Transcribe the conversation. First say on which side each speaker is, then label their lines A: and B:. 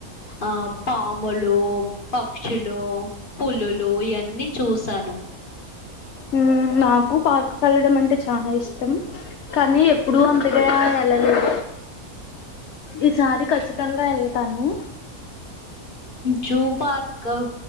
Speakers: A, on the left; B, on the left.
A: ఆ పాములు పక్షులు పులులు ఇవన్నీ చూసాను
B: మ్మ్ నాకు పార్కుకు వెళ్లడం అంటే చాలా ఇష్టం కానీ ఎప్పుడు అంతగా వెళ్ళలేదు ఈసారి ఖచ్చితంగా వెళ్తాను
A: జూ పార్క్